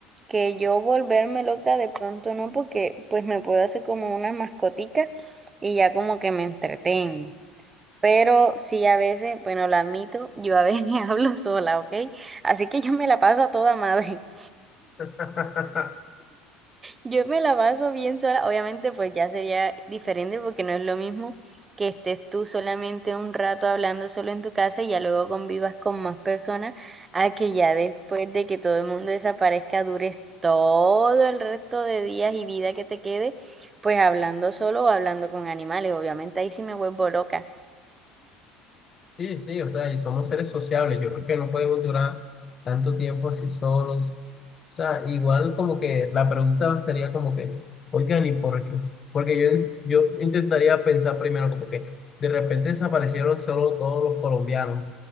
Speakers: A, on the right; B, on the left.
A: que yo volverme loca de pronto no, porque pues me puedo hacer como una mascotica y ya como que me entretengo. Pero sí, a veces, bueno, lo admito, yo a veces <laughs> hablo sola, ¿ok? Así que yo me la paso a toda madre. <laughs>
B: <laughs>
A: Yo me la paso bien sola. Obviamente, pues ya sería diferente porque no es lo mismo que estés tú solamente un rato hablando solo en tu casa y ya luego convivas con más personas a que ya después de que todo el mundo desaparezca dures todo el resto de días y vida que te quede, pues hablando solo o hablando con animales. Obviamente ahí sí me vuelvo loca.
B: Sí, sí, o sea, y somos seres sociables. Yo creo que no podemos durar tanto tiempo así solos. O sea, igual como que la pregunta sería como que, oigan, ¿y por qué? Porque yo, yo intentaría pensar primero como que de repente desaparecieron solo todos los colombianos.